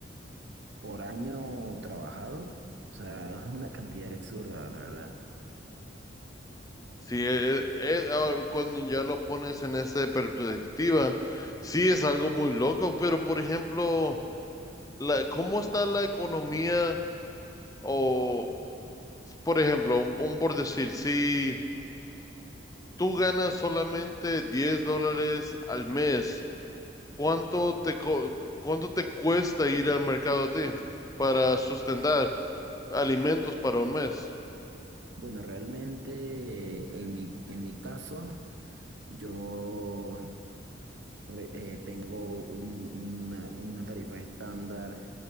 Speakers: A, on the right; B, on the left.
A: por año trabajado. O sea, <laughs> es una cantidad absurda, la verdad.
B: Sí, eh, eh, ahora cuando ya lo pones en esa perspectiva, sí es algo muy loco, pero por ejemplo, la, ¿cómo está la economía? O, por ejemplo, un, un por decir, si tú ganas solamente 10 dólares al mes, ¿cuánto te, co- cuánto te cuesta ir al mercado a ti para sustentar alimentos para un mes?
A: Bueno, realmente eh, en mi, en mi caso, yo re- eh, tengo un- una, una tarifa estándar